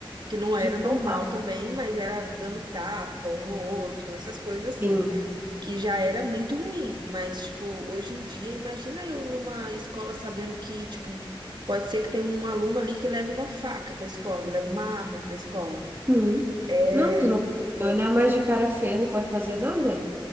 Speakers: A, on the right (about 55°); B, on the right (about 25°).
A: que não era
B: de porra,
A: normal também, mas era dando tapa um no outro, essas coisas assim.
B: sim.
A: que já era muito ruim, mas tipo, hoje em dia, imagina eu numa escola sabendo que, tipo, pode ser que tenha um aluno ali que leve uma faca pra escola, leve uma arma pra escola.
B: Uhum.
A: É,
B: Não, tu não pode olhar mais de cara feia, não pode fazer nada.